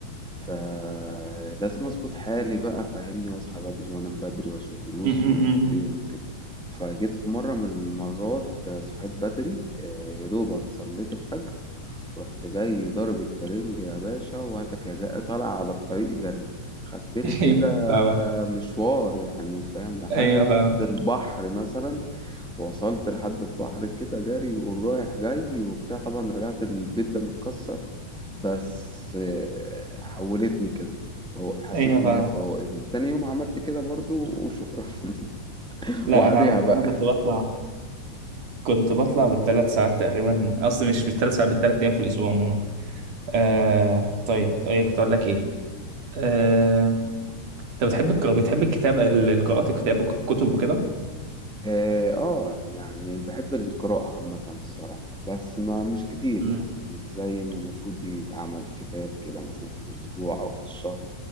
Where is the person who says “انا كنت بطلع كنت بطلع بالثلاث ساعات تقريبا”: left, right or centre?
Right